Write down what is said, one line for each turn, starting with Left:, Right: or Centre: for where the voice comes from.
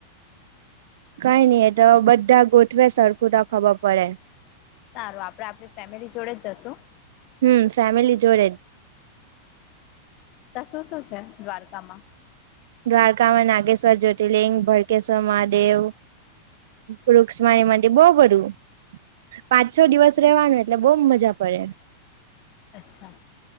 Right: કઈ નઈ એ તો બધા ગોઠવે સરખુંટ ખબર પડે.
Left: સારું આપણે, આપણી ફેમિલી જોડે જ જશું.
Right: હમ, ફેામિલી જોડે જ.
Left: તો સું શું છે? દ્વારકામાં.
Right: દ્વારકામાં નાગેશ્વર જ્યોતિર્લિંગ, ભડકેશ્વર મહાદેવ. વૃક્ષ માણી માટે બહુ બઘું. પાંચ છ દિવસ રહેવાનું, એટલે બહુ મજા પડે.
Left: અચ્છા.